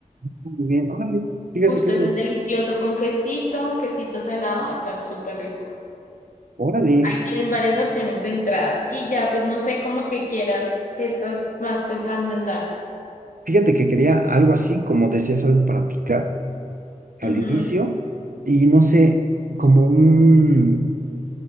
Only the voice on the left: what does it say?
Justo,
ese
es delicioso con quesito, quesito salado, está súper rico.
Ahí tienes varias opciones de entradas y ya, pues no sé cómo que quieras, que estás más pensando en dar.
Ujú.